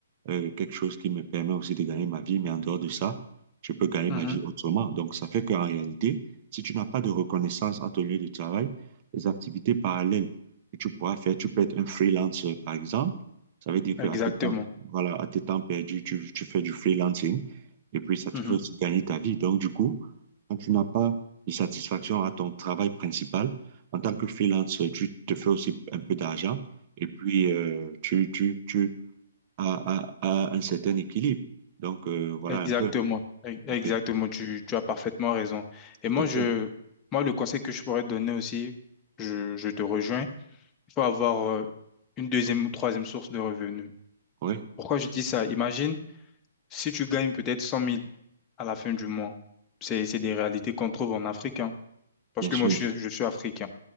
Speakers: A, on the right (about 40°); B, on the left (about 20°).
A: euh, quelque chose qui me permet aussi de gagner ma vie, mais en dehors de ça, je peux gagner
B: Mhm.
A: ma vie autrement. Donc, ça fait qu'en réalité, si tu n'as pas de reconnaissance à ton lieu de travail, les activités parallèles que tu pourras faire, tu peux être un freelancer, par exemple. Ça veut dire qu'à
B: Exactement.
A: tes temps, voilà, à tes temps perdus, tu, tu fais du freelancing et puis ça te
B: Mhm.
A: fait aussi gagner ta vie. Donc, du coup, quand tu n'as pas de satisfaction à ton travail principal, en tant que freelance, tu te fais aussi un peu d'argent et puis euh, tu, tu, tu, à, à- à un certain équilibre. Donc, euh, voilà
B: Exactement.
A: un peu.
B: E- Exactement.
A: OK,
B: Tu, tu as parfaitement raison.
A: tout
B: Et moi,
A: à fait.
B: je, moi, le conseil que je pourrais te donner aussi, je, je te rejoins. il faut avoir euh, une deuxième ou troisième source de revenus.
A: Oui,
B: Pourquoi je dis ça? Imagine si tu gagnes peut-être 100 000 à la fin du mois. C'est, c'est des réalités qu'on trouve en Afrique, hein. parce
A: bien
B: que
A: sûr,
B: moi, je suis, je suis africain.